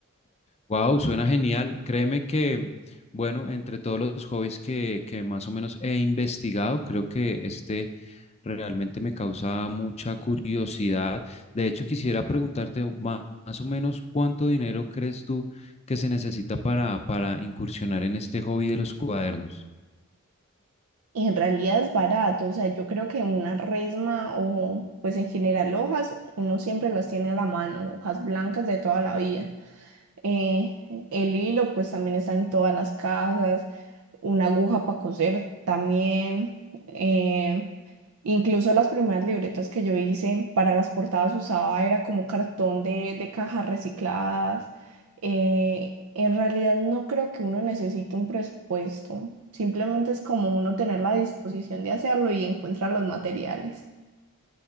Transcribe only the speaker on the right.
Y en realidad es barato, o sea, yo creo que una resma o pues en general hojas, uno siempre las tiene a la mano, hojas blancas de toda la vida. Eh, el hilo pues también está en todas las casas. una aguja para coser también. eh, incluso las primeras libretas que yo hice para las portadas usaba era como cartón de, de cajas recicladas. eh, en realidad no creo que uno necesite un presupuesto. Simplemente es como uno tener la disposición de hacerlo y encuentra los materiales.